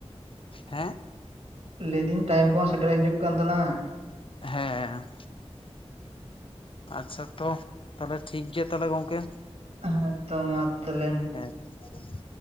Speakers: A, on the left (about 50°); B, on the right (about 70°).
A: ᱦᱮᱸ
B: ᱞᱟᱹᱭ ᱫᱟᱹᱧ ᱴᱟᱭᱤᱢ ᱠᱚᱦᱚᱸ ᱥᱮᱴᱮᱨ ᱦᱤᱡᱩᱜ ᱠᱟᱱ ᱛᱟᱞᱟᱝ ᱟ
A: ᱦᱮᱸ ᱟᱪᱪᱷᱟ ᱛᱚ ᱛᱟᱦᱚᱞᱮ ᱴᱷᱤᱠᱜᱮᱭᱟ ᱛᱟᱦᱞᱮ ᱜᱚᱝᱠᱮ
B: ᱦᱮ ᱛᱚ ᱢᱟ ᱛᱟᱞᱮ ᱾
A: <unintelligible>